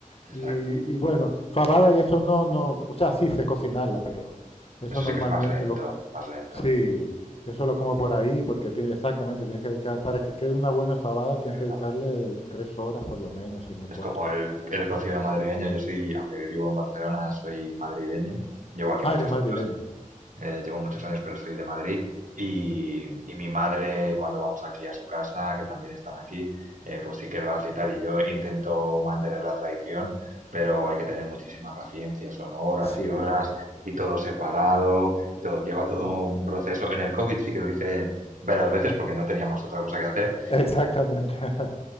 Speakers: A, on the right; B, on the left.
A: exacto.
B: Y, y bueno, fabada y eso no, no, o sea, sí sé cocinarla, pero eso
A: Eso
B: normalmente
A: sí que es más lento,
B: lo,
A: es más lento,
B: sí, eso lo como por ahí, porque tiene, exactamente tienes que dedicar, para que quede una buena fabada tienes
A: claro.
B: que dedicarle tres horas por lo menos, si no
A: Es
B: cuatro.
A: como el, el cocido madrileño, yo soy, aunque vivo en Barcelona, soy madrileño, llevo aquí
B: Ah,
A: muchos
B: eres madrileño.
A: años eh, llevo muchos años, pero soy de Madrid. Y, y mi madre, cuando vamos aquí a su casa, que también están aquí, eh, pues sí que lo hace y tal. Y yo intento mantener la tradición, pero hay que tener muchísima paciencia. Son horas
B: Sí,
A: y horas
B: claro.
A: y todo separado y todo. Lleva todo un proceso. En el COVID sí que lo hice varias veces porque no teníamos otra cosa que hacer,
B: Exactamente. <laughs>